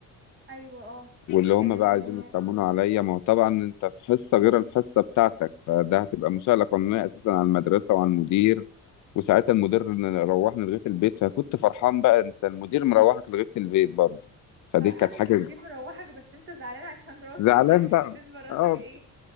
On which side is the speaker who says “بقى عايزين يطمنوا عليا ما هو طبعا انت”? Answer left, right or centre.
Left